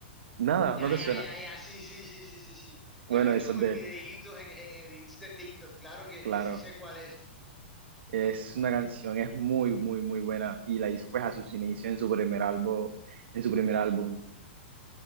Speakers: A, on the right (about 75°); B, in the centre.
A: Nada,
B: Ya,
A: no te
B: ya,
A: suena.
B: ya, ya, sí, sí, sí, sí, sí, sí.
A: Bueno,
B: La he visto
A: eso
B: como
A: es de
B: en videitos,
A: él,
B: en, en edits de TikTok, claro que,
A: claro.
B: que sí sé cuál es.
A: Es una canción, es muy, muy, muy buena. Y la hizo pues a sus inicios en su primer álbum, en su primer álbum.